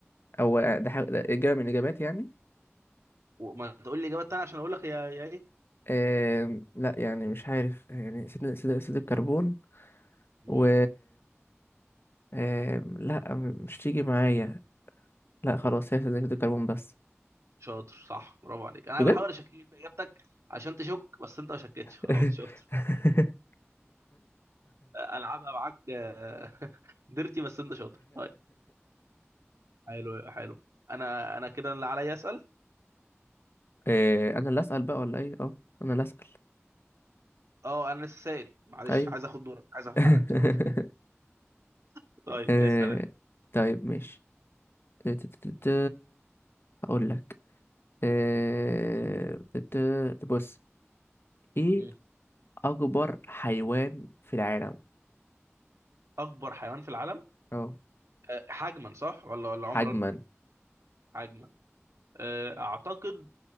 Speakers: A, on the left; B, on the right.
A: أو آه، ده, حاجة- ده إجابة من الإجابات يعني
B: وما تقول لي اجابه تانية عشان اقول لك هي هي إيه؟
A: آم، لا يعني مش عارف يعني ثاني ثاني أكسيد الكربون
B: مم.
A: و آم، لا مش تيجي معايا لا خلاص هي ثاني أكسيد الكربون بس
B: شاطر صح برافو عليك انا
A: بجد
B: بحاول اشكك في اجابتك عشان تشك بس انت ما شكتش خلاص
A: <laughs>
B: شاطر العبها معاك آه، <laughs> ديرتي بس انت شاطر طيب حلو حلو انا انا كده اللي عليا اسال
A: إيه، انا اللي اسال بقى ولا ايه اه انا اللي اسال
B: اه انا لسه سائل معلش
A: ايوه
B: عايز اخد دورك عايز اخد
A: <laughs>
B: حقك خلاص <laughs> طيب
A: إيه،
B: اسال انت
A: طيب ماشي إيه، ت- ت- ت- هقول لك إيه، ت- ت- بص ايه
B: مم.
A: اكبر حيوان في العالم
B: اكبر حيوان في العالم
A: اه
B: أه، حجما صح ولا ولا
A: حجما
B: عمرا حجما أه، اعتقد